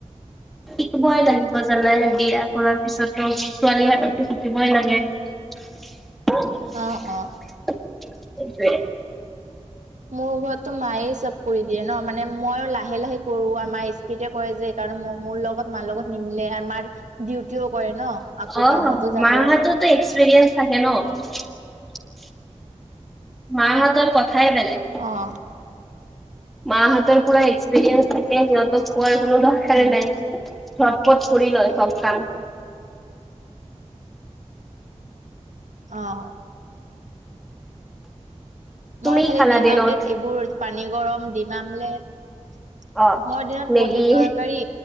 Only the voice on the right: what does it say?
অ অ।
মোৰ ঘৰতো মায়ে চব কৰি দিয়ে ন মানে মই লাহে লাহে কৰো আৰু মাই স্পিতে- কৰে যে কাৰণ ম মোৰ লগত মাৰ লগত নিমিলে মাৰ ডিউটিও কৰে ন। আকৌ
কামতো যাব
অহ।
উম
অহ।
মই খালি
দিম
আমলেট এইবোৰ পানী গৰম দিম আমলেট।
মোৰ দিনত
পনীৰ তৰকাৰী